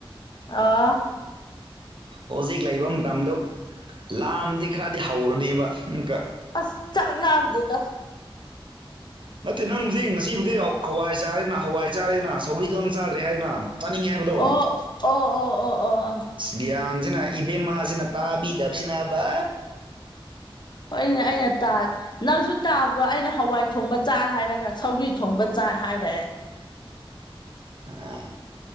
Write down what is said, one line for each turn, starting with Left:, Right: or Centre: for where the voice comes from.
Left: ꯑꯣ
Right: ꯍꯧꯖꯤꯛ ꯂꯩꯕ ꯃꯇꯝꯗꯣ ꯂꯥꯝꯗꯤ ꯈꯔꯗꯤ ꯍꯧꯔꯅꯦꯕ ꯑꯃꯨꯛꯀꯥ
Left: ꯑꯁ ꯆꯥꯛꯂꯝꯗꯦꯗꯥ
Right: ꯅꯠꯇꯦ ꯅꯪ ꯍꯧꯖꯤꯛ ꯉꯁꯤꯕꯨꯗꯤ ꯍꯋꯥꯏ ꯆꯥꯔꯦꯗꯅ ꯍꯋꯥꯏ ꯆꯥꯔꯦꯗꯅ ꯁꯧꯒꯤꯗꯣ ꯆꯥꯗ꯭ꯔꯦ ꯍꯥꯏꯗꯅ ꯆꯥꯅꯤꯡꯉꯦ ꯍꯥꯏꯕꯗꯣ
Left: ꯑꯣ ꯑꯣ ꯑꯣ ꯑꯣ ꯑꯣ ꯑꯣ
Right: ꯒꯤꯌꯥꯟꯁꯤꯅ ꯏꯕꯦꯝꯃꯥꯁꯤꯅ ꯇꯥꯕꯤꯗꯕꯁꯤꯅꯕ
Left: ꯍꯣꯏ ꯑꯩꯅ ꯇꯥ ꯅꯪꯁꯨ ꯇꯥꯕ꯭ꯔꯣ ꯑꯩꯅ ꯍꯋꯥꯏ ꯊꯣꯡꯕ ꯆꯥꯏ ꯍꯥꯏꯔꯒ ꯁꯧꯒꯔꯤ ꯊꯣꯡꯕ ꯆꯥꯏ ꯍꯥꯏꯔꯑꯦ
Right: ꯑ